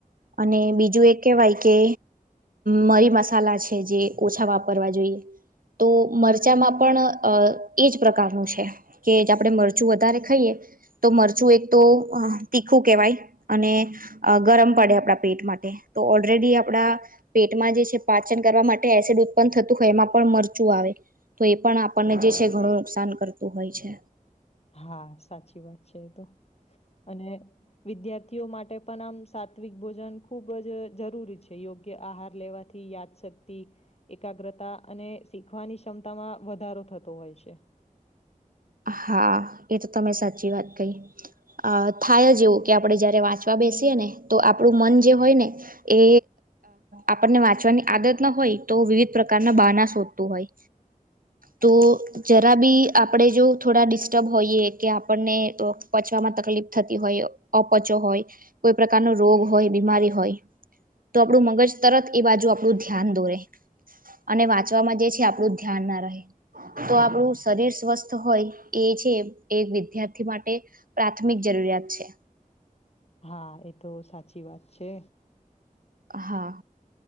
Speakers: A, on the right (about 75°); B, on the left (about 45°).
A: અને બીજું એ કેહેવાય કે મરી મસાલા છે જે ઓછા વાપરવા જોઈએ તો મરચામાં પણ એ જ પ્રકારનું છે કે આપણે મરચું વધારે ખાઈએ તો મરચું એક તો તીખું કેહેવાય અને ગરમ પડે આપણા પેટ માટે તો ઓલરેડી આપણા પેટમાં જે છે પાચન કરવા માટે એસિડ ઉત્પન્ન થતું હોય એમાં પણ મરચું આવે તો એ પણ આપણને જે છે ઘણું નુકસાન કરતું હોય છે
B: હા સાચી વાત છે એ તો અને વિદ્યાર્થીઓ માટે પણ આમ સાત્વિક ભોજન ખૂબ જ જરૂરી છે યોગ્ય આહાર લેવાથી યા શક્તિ એકાગ્રતા અને શીખવાની ક્ષમતામાં વધારો થતો હોય છે
A: હા એ તો તમે સાચી વાત કહી અ થાય જ જેવું કે આપણે જ્યારે વાંચવા બેસીએ ને તો આપણું મન જે હોય ને એ આપણને વાંચવાની આદત ના હોય તો વિવિધ પ્રકારના બાના શોધતું હોય
B: <unintelligible>
A: તો જરા ભી આપ આપણે જો થોડા ડિસ્ટર્બ હોઈએ કે આપણને પચવામાં તકલીફ થતી હોય અપચો હોય કોઈ પ્રકારનો રોગ હોય બીમારી હોય તો આપણું મગજ તરત એ બાજુ આપણું ધ્યાન દોરે અને વાંચવામાં જે છે આપણું ધ્યાન ના રહે તો આપણું શરીર સ્વસ્થ હોય એ છે એ વિદ્યાર્થી માટે પ્રાથમિક જરૂરિયાત છે
B: હા એ તો સાચી વાત છે
A: હા